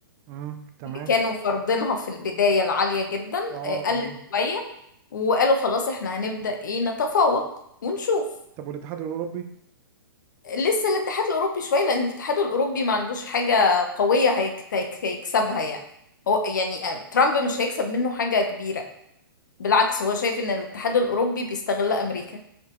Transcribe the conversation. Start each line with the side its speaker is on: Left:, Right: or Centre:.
Right: مم. تمام
Left: كانوا فرضينها في البداية العالية جدا
Right: اه
Left: آه، قلت
Right: اه
Left: شوية وقالوا خلاص احنا هنبدأ ايه نتفاوض ونشوف
Right: طب والاتحاد الاوروبي
Left: لسه الاتحاد الأوروبي شوية لأن الاتحاد الأوروبي ما عندوش حاجة قوية هيك- هيك- هيكسبها يعني هو يعني آه، ترامب مش هيكسب منه حاجة كبيرة بالعكس هو شايف ان الاتحاد الأوروبي بيستغل أمريكا